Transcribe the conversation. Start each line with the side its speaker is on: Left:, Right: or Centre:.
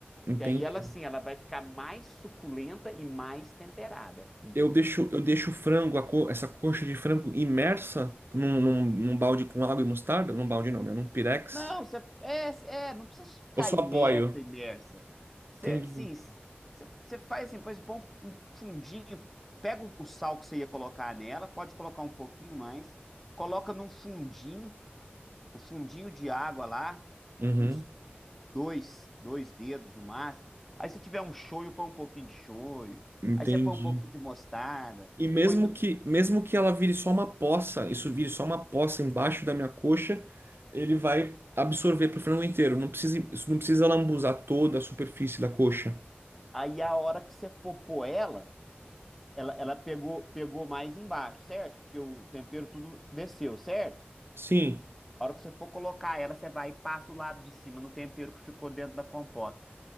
Right: Entende?
Centre: Que aí ela, assim, ela vai ficar mais suculenta e mais temperada, entendeu?
Right: Eu deixo, eu deixo o frango, a co- essa coxa de frango imersa num, num, num balde com água e mostarda? Num balde não, né? Num pirex.
Centre: Não, você, é, é, não precisa ficar
Right: Ou só
Centre: imersa,
Right: apoio?
Centre: imersa. Você,
Right: Entendi.
Centre: sim, você, você faz assim, por exemplo, põe um um fundinho, pega o o sal que você ia colocar nela, pode colocar um pouquinho mais, coloca num fundinho, um fundinho de água lá,
Right: Uhum,
Centre: tipo uns dois, dois dedos no máximo. Aí se tiver um shoyu, põe um pouquinho de shoyu.
Right: entendi.
Centre: Aí você põe um pouquinho de mostarda,
Right: E mesmo
Centre: põe do-
Right: que, mesmo que ela vire só uma poça, isso vire só uma poça embaixo da minha coxa, ele vai absorver pro frango inteiro. Não precisa, isso não precisa lambuzar toda a superfície da coxa.
Centre: aí a hora que você for pôr ela, Ela, ela pegou, pegou mais embaixo, certo? Porque o tempero tudo desceu, certo?
Right: Sim.
Centre: A hora que você for colocar ela, você vai e passa o lado de cima no tempero que ficou dentro da compota.